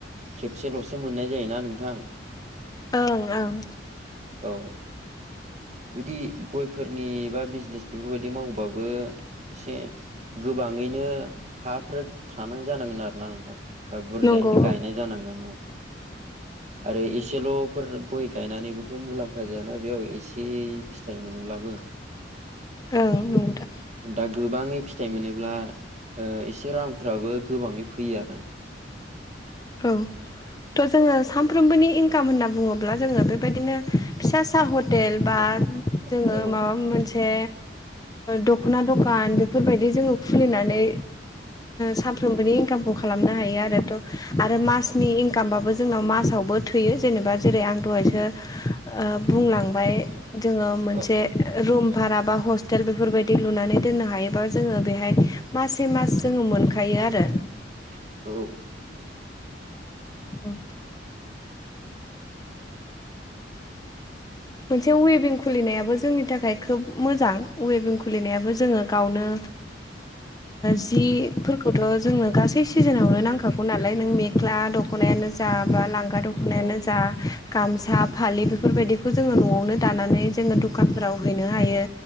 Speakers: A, on the right; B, on the left.
A: खेबसेल'सो मोननाय जायोना नोंथां
B: ओं ओं
A: औ जुदि गयफोरनि बा बिजनेस बेफोरबायदि मावबाबो एसे गोबाङैनो हाफोर थानांग जानांगोन आरोना नोंथां बा बुरजायैनो
B: नंगौ
A: गायनाय
B: औ
A: जानांगोन औ आरो एसेल'फोर गय गायनानैबोथ' मुलाम्फा जायाना बेयाव एसे ए फिथाइ मोनोब्लाबो
B: ओं नंगौदा
A: दा गोबाङै फिथाइ मोनोब्ला एसे रांफ्राबो गोबाङै फैयो आरो
B: औ थ' जोङो सानफ्रोमबोनि इनकाम होनना बुङोब्ला जोङो बेबायदिनो फिसा सा हर हटेल बा
A: औ
B: जोङो
A: औ
B: माबा मोनसे दख'ना दखान बेफोरबायदि जोङो खुलिनानै
A: औ
B: सानफ्रोमबोनि इनकामखौ खालामनो हायो आरोथ' आरो मासनि इनकामाबो जोंनाव मासावबो थैयो जेनेबा जेरै आं दहायसो बुंलांबाय जोङो मोनसे
A: औ
B: रुम भारा बा हस्टेल बेफोरबायदि लुनानै दोननो हायोबा जोङो बेहाय मसे मास जोङो मोनखायो आरो
A: औ
B: औ मोनसे वबिं खुलिनायाबो जोंनि थाखाय खोब मोजां वेभिं खुलिनायाबो जोङो गावनो जिफोरखौथ' जोंनो गासै सिजोनावनो नांखागौ नालाय नों मेख्ला दख'ना दख'नायानो जा बा लांगा दख'नायानो
A: औ
B: जा गामसा फालि बेफोरबायदि जनो द ज दखाव हैनो हायो